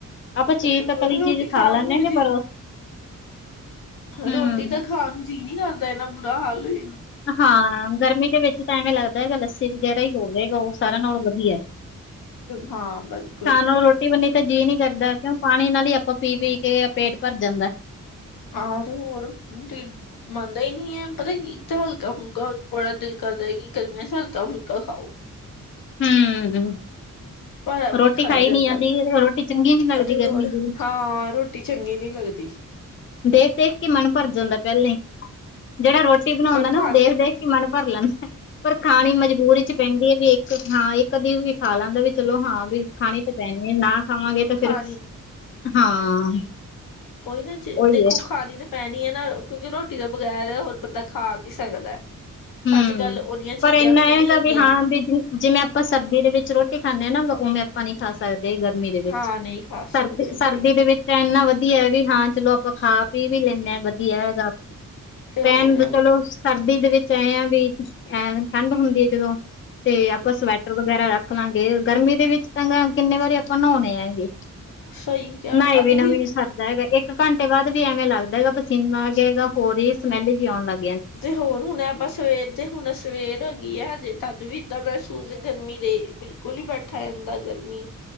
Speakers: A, on the left; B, on the left.
A: ਆਪਾਂ ਚੀਜ਼
B: ਹੋਰ
A: ਤੇ ਤਲੀ
B: ਰੋਟੀ
A: ਚੀਜ਼
B: ਖਾਣ
A: ਖਾ ਲੈਂਦੇ
B: ਨੂੰ ਵੀ ਜੀ
A: ਹ ਪਰ ਹਮ
B: ਰੋਟੀ ਤਾਂ ਖਾਣ ਜੀਅ ਨੀ ਕਰਦਾ ਇਨਾ ਬੁਰਾ ਹਾਲ ਏ।
A: ਹਾਂ ਗਰਮੀ ਦੇ ਵਿੱਚ ਤਾਂ ਐਵੇਂ ਲੱਗਦਾ ਹੈਗਾ ਲੱਸੀ ਵਗੈਰਾ ਹੀ ਹੋਵੇਗਾ ਉਹ ਸਾਰਿਆਂ ਨਾਲੋਂ ਵਧੀਐ।
B: ਹਾਂ ਬਿਲਕੁਲ।
A: ਨੂੰ ਰੋਟੀ ਬੰਨੀ ਤਾਂ ਜੀਅ ਨੀ ਕਰਦਾ ਕਿਉਂ ਪਾਣੀ ਨਾਲ ਹੀ ਆਪਾਂ ਪੀ ਪੀ ਕੇ ਪੇਟ ਭਰ ਜਾਂਦੈ।
B: ਆ ਤੇ ਹੋਰ। ਮੰਨਦਾ ਹੀ ਨਹੀਂ ਹੈ ਪਤਾ ਕੀ ਇੱਕ ਤਾਂ ਹਲਕਾ ਫੁਲਕਾ ਬੜਾ ਦਿਲ ਕਰਦਾ ਹੈ ਕਿ ਗਰਮੀਆਂ ਚ ਹਲਕਾ ਫੁਲਕਾ ਖਾਓ।
A: ਹਮ।
B: ਭਾਰਾ ਵੀ
A: ਰੋਟੀ
B: ਨਹੀਂ ਖਾਇਆ
A: ਖਾਈ
B: ਜਾਂਦਾ
A: ਨੀ ਜਾਂਦੀ ਰੋਟੀ ਚੰਗੀ ਨੀ ਲੱਗਦੀ
B: ਅਤੇ ਹੋਰ
A: ਗਰਮੀ ਦੀ
B: ਹਾਂ। ਰਟੀ ਚੰਗੀ ਨੀ ਲੱਗਦੀ
A: ਦੇਖ -ਦੇਖ ਕੇ ਮਨ ਭਰ ਜਾਂਦਾ ਪਹਿਲੇ ਹੀ ਜਿਹੜਾ ਰੋਟੀ ਬਣਾਉਂਦਾ
B: ਪਰ
A: ਨਾ
B: ਖਾਣੀ
A: ਉਹ
B: ਤੇ
A: ਦੇਖ ਕੇ ਮਨ ਭਰ ਲੈਂਦਾ ਪਰ ਖਾਣੀ ਮਜਬੂਰੀ ਚ ਪੈਂਦੀ ਹੈ। ਹਾਂ ਇੱਕ ਅਧੀ ਵੀ ਖਾ ਲੈਂਦਾ ਵੀ ਚਲੋ ਹਾਂ ਵੀ ਖਾਣੀ ਤਾਂ ਪੈਣੀ ਆ ਨਾ ਖਾਵਾਂਗੇ ਤੇ
B: ਖਾਣੀ
A: ਫਿਰ। ਹਾਂ।
B: ਉਹੀ ਈ ਨਾ ਜੇ
A: ਉਹੀ
B: ਦੇਖੋ
A: ਹੈ
B: ਖਾਨੀ ਤੇ। ਪੈਨੀ ਏ ਨਾ ਕਿਉਂਕਿ ਰੋਟੀ ਦੇ ਬਗੈਰ ਹੋਰ ਬੰਦਾ ਖਾ ਕੀ ਸਕਦਾ।
A: ਹਮ
B: ਅੱਜ ਕੱਲ੍ਹ ਓਨੀਆ
A: ਪਰ
B: ਚੀਜ਼ਾਂ
A: ਇੰਨਾ
B: ਵੀ
A: ਹੈਗਾ
B: ਨਈ ਹੈਗੀਆਂ।
A: ਹਾਂ ਵੀ ਜਿਵੇਂ ਆਪਾਂ ਸਰਦੀ ਦੇ ਵਿੱਚ ਰੋਟੀ ਖਾਂਨੇ ਆ ਨਾ ਉਵੇਂ ਆਪਾਂ ਨੀਂ ਖਾ ਸਕਦੇ। ਗਰਮੀ ਦੇ ਵਿੱਚ
B: ਹਾਂ ਨਹੀਂ ਖਾ
A: ਸਰਦੀ
B: ਸਕਦੇ
A: ਸਰਦੀ
B: ਬੜੀ
A: ਦੇ ਵਿੱਚ ਏਨਾ ਵਧੀਆ ਹੈ ਵੀ ਹਾਂ ਚਲੋ ਆਪਾਂ ਖਾ ਪੀ ਵੀ ਲੈਂ। ਵਧੀਆ ਹੈਗਾ
B: ਤੇ ਹੋਰ
A: ਪੈਨ ਚਲੋ ਸਰਦੀ ਦੇ ਵਿੱਚ। ਚਾਇਯਾਂ ਵੀ ਹੈ ਠੰਡ ਹੁੰਦੀ ਏ ਜਦੋਂ ਤੇ ਆਪਾਂ ਸਵੈਟਰ ਵਗੈਰਾ ਨਿਕਲਾਂਗੇ ਗਰਮੀ ਦੇ ਵਿੱਚ ਤਾਂ ਕਿੰਨੇ ਵਾਰੀ ਆਪਾਂ ਨੋਨੇ ਹੈ ਜੀ।
B: ਸਹੀ ਕਿਹਾ
A: ਨਾਏ
B: ਤਦ
A: ਵਿਨਾਂ ਵੀ ਨੀ ਸਾਰ। ਦਾ ਹੈਗਾ ਇੱਕ ਕੱਟੇ ਬਾੱਦ ਵੀ ਐਵੇਂ ਲੱਗਦਾ ਹੈਗਾ ਪਸੀਨਾ ਹੈਗੇ ਹੈਗਾ ਹੋਰ ਈ ਸਮੈਲ ਜੀ ਆਨ ਲੱਗਦਾ।
B: ਤੇ ਹੋਰ ਹੁਨ ਏ ਆਪਾਂ ਸਵੇਰ। ਤੇ ਹੁੂਨੰ ਸਵੇਰ ਹੋ ਗਈ ਐ ਹਜੇ ਤਦ ਵੀ ਏਦਾਂ ਮੈਹਸੂਸ ਗਰਮੀ ਦੇ ਬਿਲਕੁਲ ਈ ਬੈਠਾ ਯਾਦਾ ਗਰਮੀ।